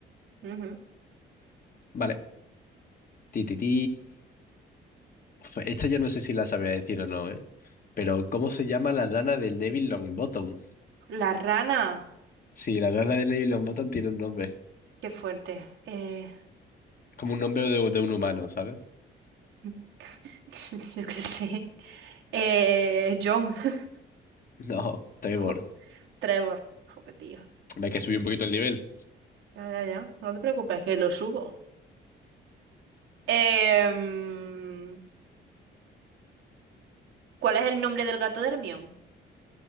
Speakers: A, on the right; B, on the left.
A: Ujú.
B: Vale. Ti, ti, ti. Uf, Esta yo no sé si la sabía decir o no, ¿eh? Pero, ¿cómo se llama la rana del Neville Longbottom?
A: La rana.
B: Sí, la rana del Neville Longbottom tiene un nombre.
A: Qué fuerte. Eh,
B: Como un nombre de, de un humano, ¿sabes?
A: <laughs> yo qué sé. Eh, John. <laughs>
B: No, Trevor.
A: Jo, Trevor. Joder, tío.
B: Ve que subí un poquito el nivel.
A: Ya, ya, ya. No te preocupes, que lo subo. Em, ¿cuál es el nombre del gato de Hermione?